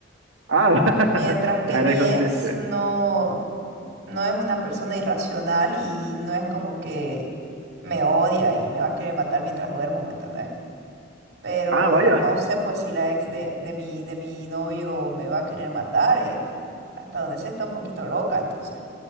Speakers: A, on the right; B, on the right.
A: ah, <laughs>
B: Mientras que
A: ya
B: mi
A: eres consciente.
B: ex no, no es una persona irracional y no es como que me odia y me va a querer matar mientras duermo, ¿me entendés? pero
A: Ah, vaya.
B: no sé pues si la ex de, de mi, de mi novio me va a querer matar, eh, eh, hasta donde sé está un poquito loca, entonces,